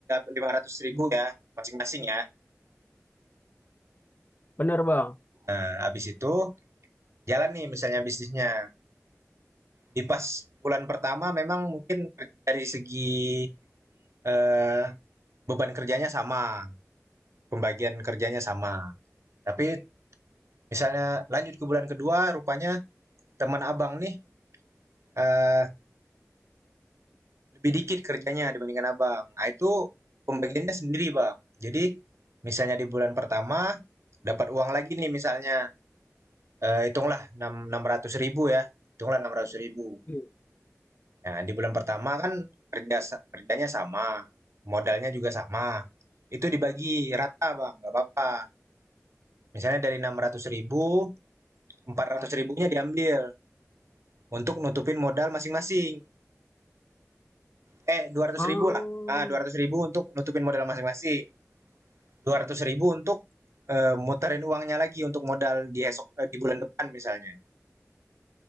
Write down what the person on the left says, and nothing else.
Bener Bang.
Iya.
Hmm,